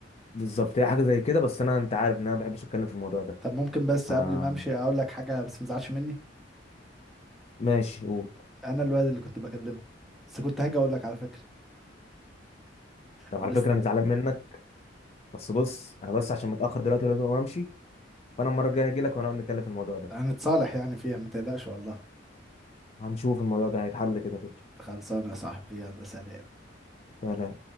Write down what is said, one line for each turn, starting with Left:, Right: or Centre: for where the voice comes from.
Left: بالظبط هي حاجه زي كده بس انا انت عارف ان انا ما بحبش اتكلم في الموضوع ده
Centre: طب ممكن بس
Left: آه...
Centre: قبل ما امشي اقول لك حاجه بس ما تزعلش مني
Left: ماشي قول
Centre: انا الواد اللي كنت بكلمها بس كنت هاجي اقول لك على فكره
Left: طب
Centre: بس
Left: على فكره انا زعلان منك بس بص انا بس عشان متاخر دلوقتي ولازم امشي فانا المره الجايه هجي لك ونقعد نتكلم في الموضوع ده
Centre: هنتصالح يعني فيها ما تقلقش والله
Left: هنشوف الموضوع ده هيتحل كده كده
Centre: خلصانه يا صاحبي يلا سلام
Left: سلام.